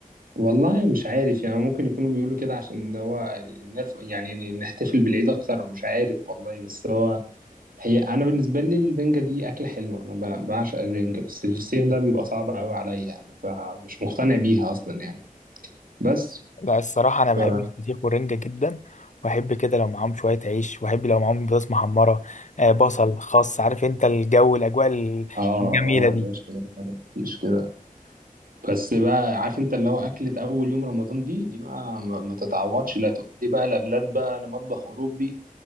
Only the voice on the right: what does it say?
والله مش عارف يعني ممكن يكونوا بيقولوا كده عشان هو نرف... يعني نحتفل بالعيد اكتر مش عارف والله بس هو هي انا بالنسبه لي الرنجه دي اكله حلوه انا ب... بعشق الرنجه بس الفسيخ ده بيبقى صعب قوي عليا يعني فمش مقتنع بيها اصلا يعني بس
ف...
اه
اه
يا باشا لا، لا، مفيش كده بس بقى عارف انت اللي هو اكلة اول يوم رمضان دي دي بقى ما, ما تتعوضش لا تقول لي بقى لا بلاد بقى لا مطبخ اوروبي